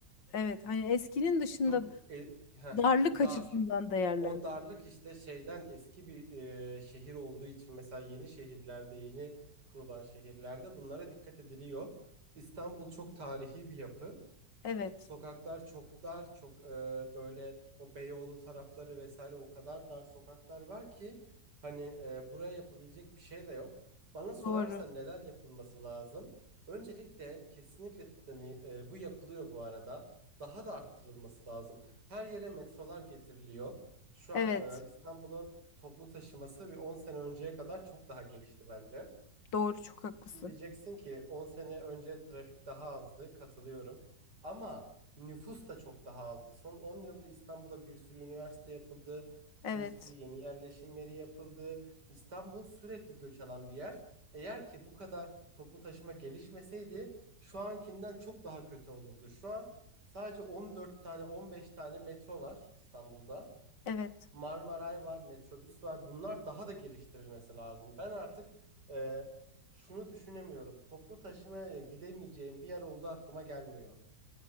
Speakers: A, on the left (about 90°); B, on the right (about 70°).
A: Evet hani eskinin dışında
B: Çok e- heh,
A: darlık
B: dar.
A: açısından değerlendirmek.
B: O darlık işte şeyden eski bir e, şehir olduğu için mesela yeni şehirlerde yeni kurulan şehirlerde bunlara dikkat ediliyor. İstanbul çok tarihi bir yapı.
A: Evet
B: Sokaklar çok dar, çok e, böyle o Beyoğlu tarafları vesaire o kadar dar sokaklar var ki hani e, buraya yapabilecek bir şey de yok. Bana sorarsan
A: doğru.
B: neler yapılması lazım? Öncelikle kesinlikle hani e, bu yapılıyor bu arada. Daha da arttırılması lazım. Her yere metrolar getiriliyor. Şu an
A: Evet
B: e, İstanbul'un toplu taşıması bir 10 sene önceye kadar çok daha gelişti bence.
A: doğru çok haklısın.
B: Şimdi diyeceksin ki 10 sene önce trafik daha azdı, katılıyorum. Ama nüfus da çok daha azdı. Son 10 yılda İstanbul'a bir sürü üniversite yapıldı,
A: Evet
B: bir sürü yeni yerleşim yeri yapıldı. İstanbul sürekli göç alan bir yer. Eğer ki bu kadar toplu taşıma gelişmeseydi şu ankinden çok daha kötü olurdu. Şu an sadece 14 tane, 15 tane metro var İstanbul'da.
A: evet.
B: Marmaray var, metrobüs var. Bunlar daha da geliştirilmesi lazım. Ben artık e, şunu düşünemiyorum. Toplu taşımaya gidemeyeceğim bir yer olduğu aklıma gelmiyor.